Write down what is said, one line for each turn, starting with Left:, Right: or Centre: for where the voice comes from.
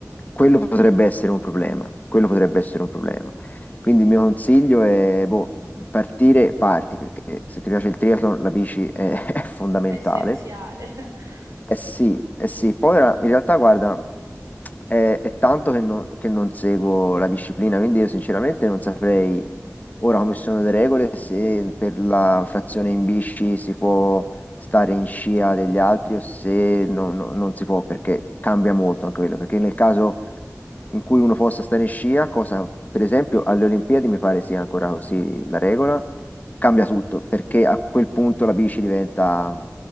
Left: quello potrebbe essere un problema, quello potrebbe essere un problema. Quindi il mio consiglio è, boh, partire, parti, perché se ti piace il triathlon la bici è, <laughs> è fondamentale.
Right: è essenziale. <laughs>
Left: Eh sì, eh sì, poi ora, in realtà guarda, è, è tanto che non, che non seguo la disciplina, quindi io sinceramente non saprei Ora, come sono le regole, se per la frazione in bici si può stare in scia degli altri o se no- no- non si può, perché cambia molto anche quello, perché nel caso in cui uno possa stare in scia, cosa per esempio alle Olimpiadi mi pare sia ancora così la regola, cambia tutto, perché a quel punto la bici diventa,